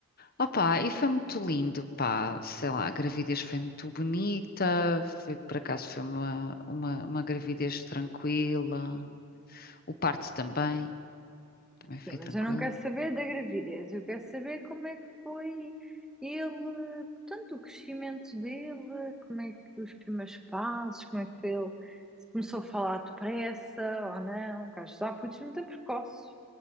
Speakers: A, on the left (about 45°); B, in the centre.
A: Opa, e foi muito lindo, pá, sei lá, a gravidez foi muito bonita, foi, por acaso foi uma, uma, uma gravidez tranquila, o parto também, também foi
B: Sim, mas
A: tranquilo.
B: eu não quero saber da gravidez, eu quero saber como é que foi ele, portanto, o crescimento dele, como é que os primeiros passos, como é que foi ele, se começou a falar depressa ou não, que às vezes há putos muito precoces.